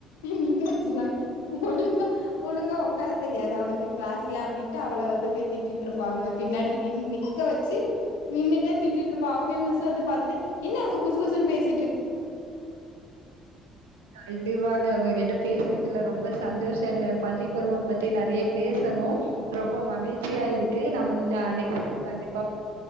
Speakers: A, on the left; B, on the right.
A: நிக்க வச்சுறாங்க ஒழுங்கா ஒழுங்கா என்ன உனக்கு க்ளாஸ்ல அப்படின்னு அவள வந்து திட்டிட்டு இருப்பாங்க பின்னாடி நின் நிக்க வச்சு நிண்டுட்டே திட்டிட்டுயிருப்ப அப்ப மிஸ் வந்து பாத்துட்டு என்ன அங்க வந்து குசு குசுன்னு பேசு
B: அது வாங்க அவங்க கிட்ட பேசினதுயில்ல ரொம்ப சந்தோஷங்க பள்ளி பருவம் பத்தி நிறைய பேசணும் ரொம்ப மகிழ்ச்சியா இருக்கு நம்ம நெக்ஸ்ட் டைம் கண்டி.